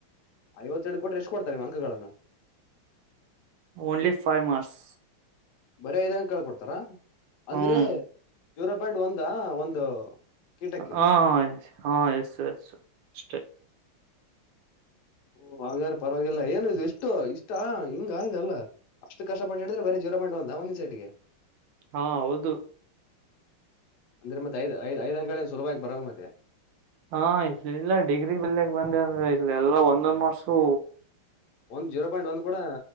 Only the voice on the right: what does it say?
ಓನ್ಲಿ ಫೈವ್ ಮಾರ್ಸ್
ಹ್ಮ್
ಹ ಹಾ ಎಸ್ ಎಸ್ ಅಷ್ಟೇ
ಹಾ ಹೌದು.
ಹಾ ಇಲ್ಲಲ್ಲಾ ಡಿಗ್ರಿ ಬಲ್ಲೆ ಬಂದವೆಂದರೆ ಇಲ್ಲಲ್ಲಾ ಒಂದೆ ಮಾರ್ಸು.